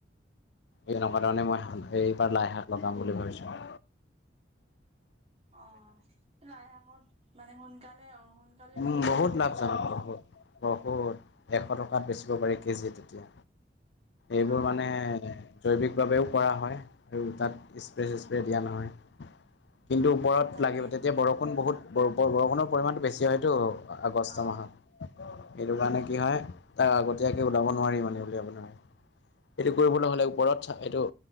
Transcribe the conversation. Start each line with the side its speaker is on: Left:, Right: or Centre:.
Left: এনেকুৱা ধৰণে মই এইবাৰ লাই শাক লগাম বুলি ভাবিছো
Right: অ লাইশাংত মানে সোনকালে অ সোনকালে
Left: উম
Right: উলিয়াব
Left: বহুত
Right: পাৰিলে
Left: লাভজনক
Right: লাভ আছে
Left: বহুত বহুত। এশ টকাত বেচিব পাৰি কেজি তেতিয়া এইবোৰ
Right: অ',
Left: মানে জৈৱিকভাৱেও কৰা হয় আৰু তাত স্প্ৰে চি্প্ৰে দিয়া নহয় কিন্তু ওপৰত
Right: তাকে
Left: লাগিব তেতিয়া বৰষুণ বহুত বৰষুণ পৰিমাণটো বেছি হয়তটো। আগষ্ট
Right: অ
Left: মাহত সেইটো কাৰণে কি হয়। তাক আগতীয়াকে ওলাব নোৱাৰি মানে উলিয়াব নোৱাৰে এইটো কৰিবলৈ হ'লে ওপৰত এইটো